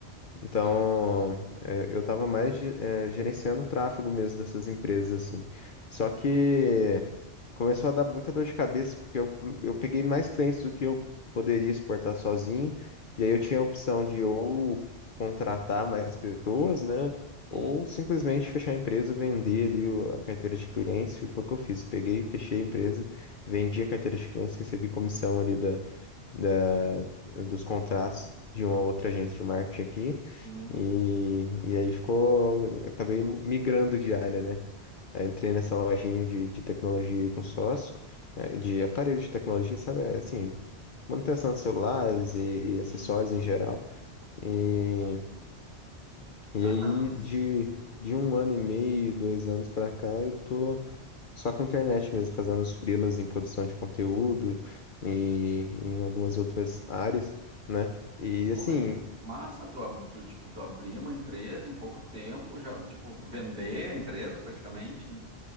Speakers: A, on the left (about 50°); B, on the right (about 65°).
A: Então,
B: Sim,
A: eh, eu estava mais ge- eh, gerenciando o tráfego mesmo dessas empresas, assim. Só que começou a dar muita dor de cabeça, porque eu, eu peguei mais clientes do que eu poderia suportar sozinho. E aí eu tinha a opção de ou contratar mais pessoas, né?
B: sim,
A: Ou simplesmente fechar a empresa, vender ali o- a carteira de clientes. E foi o que eu fiz. Peguei, fechei a empresa, vendi a carteira de clientes, recebi comissão ali da, dos contratos de uma outra agência de marketing aqui.
B: hum,
A: E, e aí ficou, acabei migrando de área, né? Aí entrei nessa lojinha de, de tecnologia aí com sócio, eh, de aparelhos de tecnologia, sabe? É, Assim, manutenção de celulares e, e acessórios
B: sim.
A: em geral. E, e
B: Ah,
A: aí
B: cara, mas,
A: de, de um ano e meio, dois anos pra cá, eu tô só com a internet mesmo, fazendo os freelas em produção de conteúdo e em algumas outras áreas, né? E assim,
B: pô, mas massa, tu, ab- tu, tipo, tu abrir uma empresa em pouco tempo, já, tipo, vender a empresa praticamente,